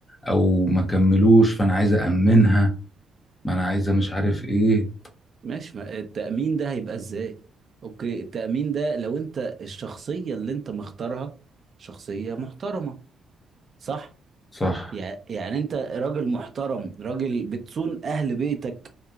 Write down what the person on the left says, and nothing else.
او ما كملوش فانا عايز امنها ما انا عايزه مش عارف ايه
صح